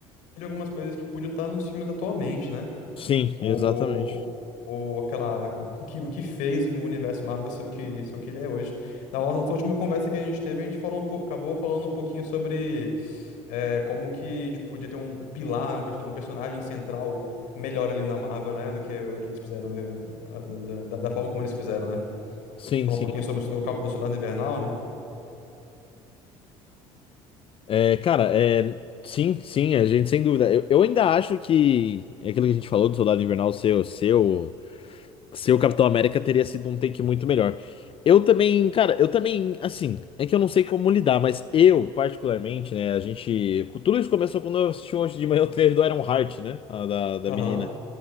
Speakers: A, on the left; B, on the left.
A: de algumas coisas que podiam estar nos filmes atualmente, né?
B: Sim,
A: Ou,
B: exatamente.
A: ou, ou aquela. O que, o que fez o universo Marvel ser o que, ser o que ele é hoje. Na nossa última conversa que a gente teve, a gente falou um pouco, acabou falando um pouquinho sobre. É, como que, tipo, podia ter um, um pilar, né, um, perso- um personagem central melhor ali na Marvel, né? Do que o que eles fizeram, né, da, da- da forma como eles fizeram, né? A
B: Sim,
A: gente falou
B: sim.
A: um pouquinho sobre o Soldado Cap- o Soldado Invernal, né?
B: É, cara, é, sim, sim, a gente sem dúvida. Eu, eu ainda acho que é aquilo que a gente falou do Soldado Invernal seu, seu, seu Capitão América teria sido um take muito melhor. Eu também, cara, eu também, assim, é que eu não sei como lidar, mas eu, particularmente, né, a gente. Tudo isso começou quando eu assisti hoje de manhã o trailer do Iron Heart, né? a da, da
A: Aham.
B: menina.